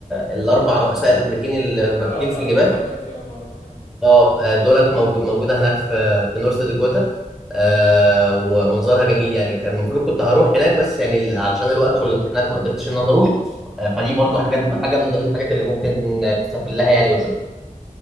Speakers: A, in the centre; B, on the left.
A: الأربع رؤساء الأمريكيين اللي راكبين
B: اه اللي
A: في
B: على
A: الجبال
B: الحجر دي اه معروفه اه
A: اه آه، دولت موجو- موجودة هناك في في نورث داكوتا آه ومنظرها جميل يعني كان المفروض كنت هروح هناك بس يعني ال- علشان الوقت والامتحانات ما قدرتش إن أنا أروح آه فدي برضو حاجات حاجة من ضمن الحاجات اللي ممكن تسافر لها يعني وتشوف